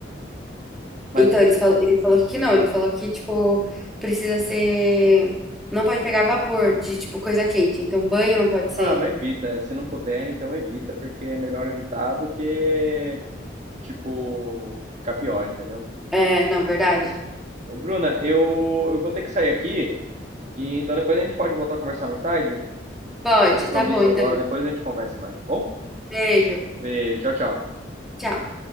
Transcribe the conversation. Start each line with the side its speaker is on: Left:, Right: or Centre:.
Right: Mas
Centre: Então,
Right: enfim.
Centre: eles falou, ele falou que não. Ele falou que, tipo, precisa ser. Não pode pegar vapor de, tipo, coisa quente. Então, banho não pode ser.
Right: Ah, mas evita. é, Se não puder, então evita, porque é melhor evitar do que, tipo, ficar pior, entendeu?
Centre: É, não, verdade?
Right: Ô, Bruna, eu, eu vou ter que sair aqui, e então depois a gente pode voltar a conversar mais tarde.
Centre: Pode,
Right: Tem compromisso
Centre: tá bom, então.
Right: agora, depois a gente conversa mais, tá bom?
Centre: Beijo.
Right: Beijo, tchau, tchau.
Centre: Tchau.